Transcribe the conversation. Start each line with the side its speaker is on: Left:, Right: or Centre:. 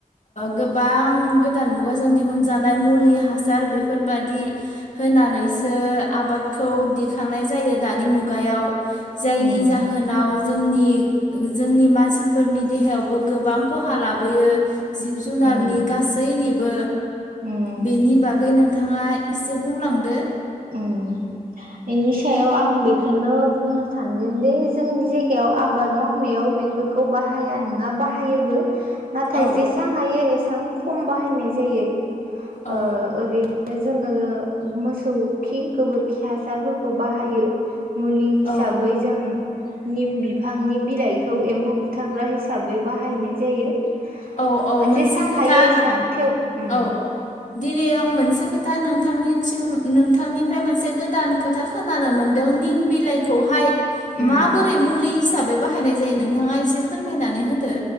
Left: गोबां गोदान मुगाजों दिहुनजानाय मुलि हासार बेफोरबादि होनानैसो आबादखौ दिखांनाय जायो दानि मुगायाव जायनि
Right: उम
Left: जाहोनाव जोंनि जोंनि मानसिफोरनि देहायावबो गोबां खहा लाबोयो। जिब जुनारनि
Right: उम
Left: गासैनि बो।
Right: उम
Left: बेनि बगै नों बिथाङा एसे बुंलांदो
Right: उम बेनि सायाव आं बेखौनो बुंनो सानगोन दि जोंनि जायगायाव आबाद मावनायाव बेफोरखौ बाहाया नङा बाहायोबो। नाथाय
Left: औ
Right: जेसेबां हायो एसे बिथां खम बाहायनाय जायो। ओ
Left: औ
Right: ओरै जोङो मोसौ खि गोबोरखि हासा हासारफोरखौ बाहायो। मुलि हिसाबै
Left: औ
Right: जों। निम बिफांनि बिलाइखौ एम्फौ बुथारग्रा हिसाबै बाहायनाय जायो।
Left: औ औ मोनसे
Right: जेसां
Left: खोथा
Right: हायो एसां थेव उम
Left: औ दिनै आं मोनसे खोथा नोंथांनिथिं नोंथांनिफ्राय मोनसे गोदान खोथा खोनानो मोनदों निम बिलाइखौहाय।
Right: उम
Left: माबोरै मुलि हि साबै बाहायनाय जायो नोंथाङा एसे फोरमायनानै होदो।